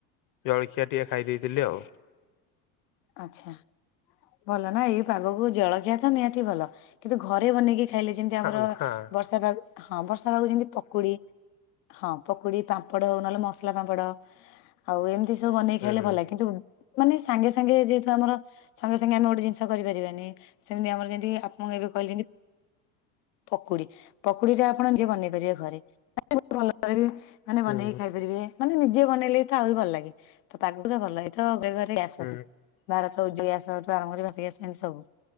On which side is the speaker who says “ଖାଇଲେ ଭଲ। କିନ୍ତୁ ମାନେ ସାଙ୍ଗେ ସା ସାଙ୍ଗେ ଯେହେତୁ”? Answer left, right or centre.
Left